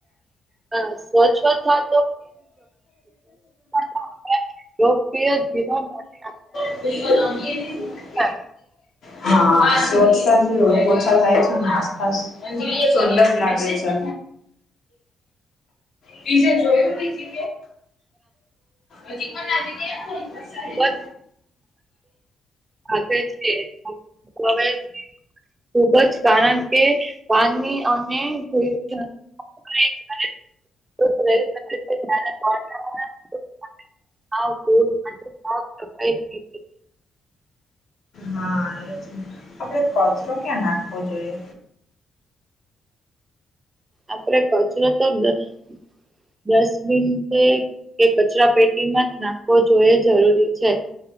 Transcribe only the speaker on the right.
હમ્મ, સ્વચ્છવથા તો આપણા લોકપ્રિય જીવન અને
હા.
લોકો
આપે છે <unintelligible> તો હવે ખુબ જ કારણ કે પાનની અમેં <unintelligible> <inaudible> આવજો <unintelligible> આવજો, બાય બાય
આપડ કચરો તો ડસ્ ડસ્ટબિનપે કે કચરા પેટીમાં જ નાખવો જોઈએ જરૂરી છે.